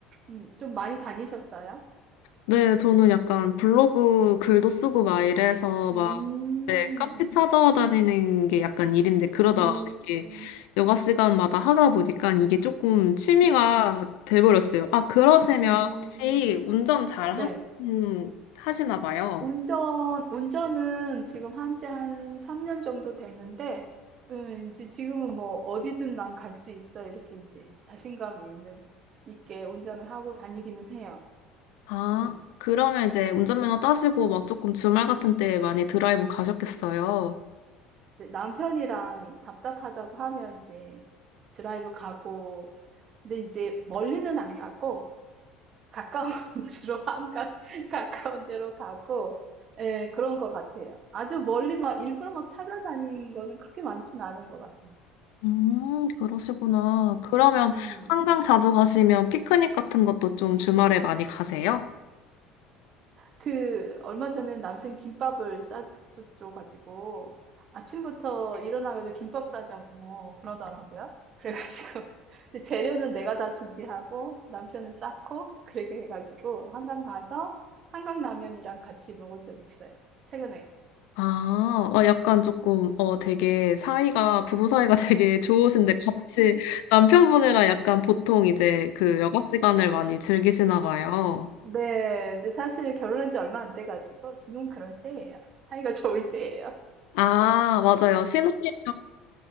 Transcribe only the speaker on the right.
음. 좀 많이 다니셨어요?
음.
음.
음.
음.
네.
운전, 운전은 지금 한지 한 3년 정도 됐는데, 음, 이제 지금은 뭐 어디든 난 갈 수 있어. 이렇게 이제 자신감이 있는, 있게 운전을 하고 다니기는 해요.
음,
이제 남편이랑 답답하다고 하면 이제 드라이브 가고, 근데 이제 멀리는 안 가고, 가까운 <laughs> 주로 한강, <laughs> 가까운 데로 가고, 예, 그런 것 같아요. 아주 멀리 막 일부러 막 찾아다니는 거는 그렇게 많지는 않은 것 같아요.
음,
음,
음.
그, 얼마 전에 남편 김밥을 싸줘가지고, 아침부터 일어나가지고 김밥 싸자고 그러더라고요. 그래가지고, <laughs> 근데 재료는 내가 다 준비하고, 남편은 싸고, 그렇게 해가지고, 한강 가서, 한강라면이랑 같이 먹은 적 있어요. 최근에.
네, 근데 사실 결혼한 지 얼마 안 돼가지고, 지금 그럴 때예요. 사이가 좋을 때예요.